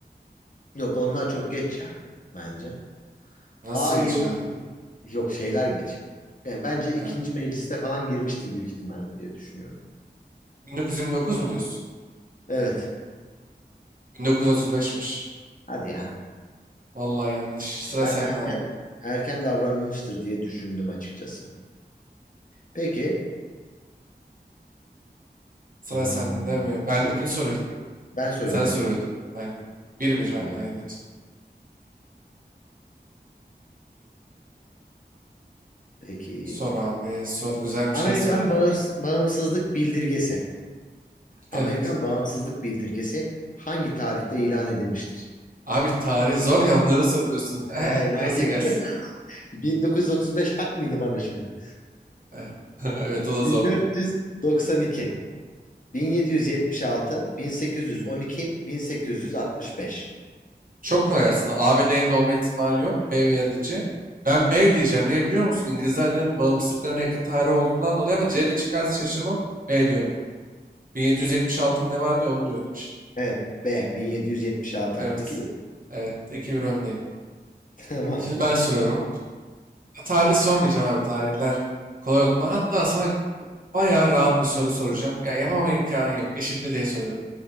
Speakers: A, on the left (about 50°); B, on the right (about 50°).
A: Yok onlar çok geç ya. Bence.
B: Nasıl
A: A20
B: geç abi?
A: yok şeyler geç. Yani bence ikinci
B: Ha.
A: mecliste falan girmiştir büyük ihtimalle diye düşünüyorum.
B: 1929 mu diyorsun?
A: Evet.
B: 1935'miş.
A: Hadi ya.
B: Vallahi yanlış. Sıra
A: Ben
B: sende
A: erken
B: abi.
A: erken davranılmıştır diye düşündüm açıkçası. Peki,
B: Sıra
A: hmm,
B: sende mi? Ben
A: dur
B: kim soruyordu?
A: ben soruyorum
B: Sen
A: ben.
B: soruyordun. Aynen. Bir bir
A: Ee,
B: hala evet.
A: peki,
B: Sor abi. Sor güzel bir
A: Amerikan
B: şey sor hadi.
A: bağır- bağımsızlık bildirgesi. Amerikan
B: Evet.
A: bağımsızlık bildirgesi hangi tarihte ilan edilmiştir?
B: Abi tarih zor ya onları soruyorsun. <laughs>
A: Ee, ne
B: Neyse
A: yapayım?
B: gelsin.
A: <laughs> 1935 hak mıydı bana şimdi?
B: Evet. <laughs> Evet o da
A: 1492,
B: zordu.
A: 1776, 1812, 1865.
B: Çok kolay aslında. A ve D'nin olma ihtimali yok. B veya da C. Ben B diyeceğim. Niye biliyor musun? İngilizlerden bağımsızlıklarına yakın tarih olduğundan dolayı ama C de çıkarsa şaşırmam. B diyorum. 1776 mı ne vardı ya onu diyorum işte.
A: Evet, B 1776.
B: Evet.
A: 2-1.
B: Evet. 2-1 öndeyim.
A: <laughs> Tamam,
B: Şimdi ben soruyorum. Tarih sormayacağım abi. Tarihler kolay oldu. Hatta sana Bayağı rahat bir soru soracağım. Ya yapamama imkanın yok. Eşitle diye soruyorum.